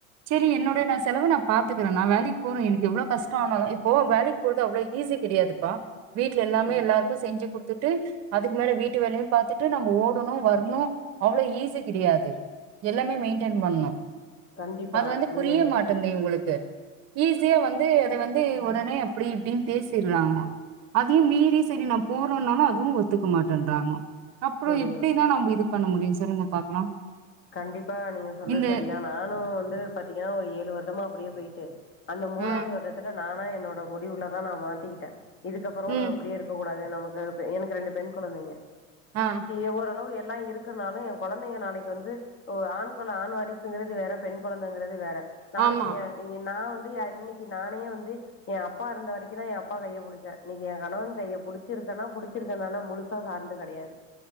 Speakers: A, on the right (about 40°); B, on the left (about 30°).
A: செரி என்னுட நா செலவு நா பாத்துக்கறே நா வேலைக்கு போறே எனக்கு எவ்ளோ கஷ்ட ஆனாலு இப்போ வேலைக் கு அவ்ளோ ஈஸி கெடையாதுப்பா வீட்ல எல்லாமே
B: ம்
A: எல்லாருக்கு செஞ்சு குடுத்துட்டு அதுக்கு மேல வீட்டு வேலையு பாத்துட்டு நம்ம ஓடணு வரணு அவ்ள ஈஸி கெடையாது எல்லாமே மெயின்டென் பண்ணு
B: கண்டிப்பா
A: அது வந்து
B: நீங்க
A: புரிய மாட் இந்த இவங்களுக்கு ஈஸியா வந்து அத வந்து ஒடனே அப்டி இப்டின்னு பேசிறாங்க அதையு மீறி சரி நா போறேனாலு அதுவு ஒத்துக்க மாட்டன்றாங்க அப்புற
B: ம்
A: எப்டிதா நம்ப இது பண்ண முடியு சொல்லுங்க பாக்கலா
B: கண்டிப்பா நீங்க சொல்றது
A: இந்த
B: சரிதா நானு வந்து பாத்தீங்கன்னா ஒரு ஏழு வருடமா அப்டியே போயிட்டு அந்த மூணாவது
A: ஆ
B: வருடத்துல நானா என்னோட முடிவுலதா நா மாத்திக்கிட்டே இதுக்கப்புற
A: ம்
B: நம்ம இப்டியே இருக் க கூடாது நமக்கு எனக்கு ரெண்டு பெண் குழந்தைங்க
A: ஆ
B: எவ்வரு ளோ எல்லா இருக்குனாலு எ கொழந்தைங்க நாளைக் வந்து ஆண் கொழ ஆண்வாரிசுங்கிறது வேற பெண் கொழந்தைங்கிறது வேற நாளைக்கு
A: ஆமா
B: எ நா வந்து இன்னிக்கி நானே வந்து எ அப்பா இருந்த வரைக்கு தா எ அப்பா கையை புடிச்ச இன்னைக்கு என் கணவன் கைய புடிச்சிருக்கன்னா புடிச் இருக்கனானா முழுசா சார்ந்து கெடையாது